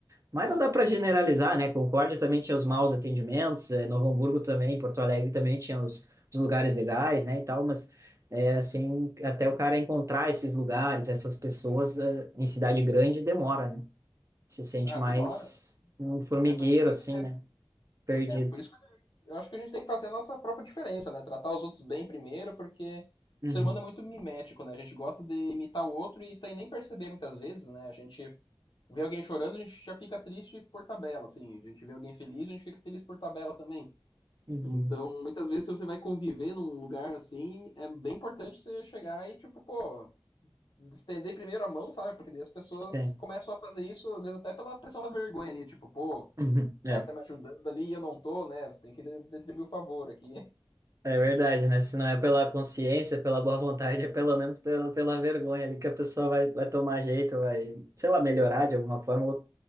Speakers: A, on the right; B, on the left.
A: Mas
B: Não,
A: não dá para
B: quando...
A: generalizar, né? Concórdia também tinha os maus atendimentos, eh, Novo Hamburgo também, Porto Alegre também tinha os, os lugares legais, né, e tal, mas é, assim, até o cara encontrar esses lugares, essas pessoas eh, em cidade grande demora, né? Se sente
B: Ah,
A: mais
B: demora.
A: um formigueiro,
B: Até porque você
A: assim,
B: tem que
A: né? Perdido.
B: Por isso que eu acho que a gente tem que fazer a nossa própria diferença, né? Tratar os outros bem primeiro, porque
A: Uhum,
B: o ser humano é muito mimético, né? A gente gosta de imitar o outro e sem nem perceber muitas vezes, né? A gente vê alguém chorando, a gente já fica triste por tabela, assim. A gente vê alguém feliz, a gente fica feliz por tabela também.
A: uhum,
B: Então, muitas vezes, se você vai conviver num lugar assim, é bem importante você chegar e, tipo, pô, estender primeiro a mão, sabe? Porque daí as pessoas
A: sim.
B: começam a fazer isso, às vezes até pela pressão da vergonha ali, tipo, pô, o
A: Uhum,
B: cara
A: é.
B: tá me ajudando ali e eu não tô, né? Tem que de- retribuir o favor aqui.
A: É verdade, né? Se não é pela consciência, pela boa vontade, é pelo menos pela, pela vergonha ali que a pessoa vai, vai tomar jeito, vai, sei lá, melhorar de alguma forma, ou,